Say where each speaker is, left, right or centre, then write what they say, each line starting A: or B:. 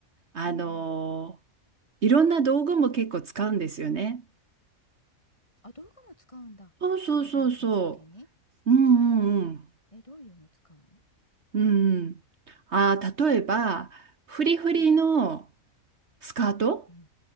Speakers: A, on the right; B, on the left.
A: あの
B: うんうん。
A: いろんな道具も結構使うんですよね。
B: あ、道具も使うんだ。
A: そうそうそうそ
B: ベリーダンスやるときに。
A: う。うんうんうん。
B: なんか、え、どういうの使うの
A: うん。あー、例えば、フリフリの
B: うん。
A: スカート
B: うん。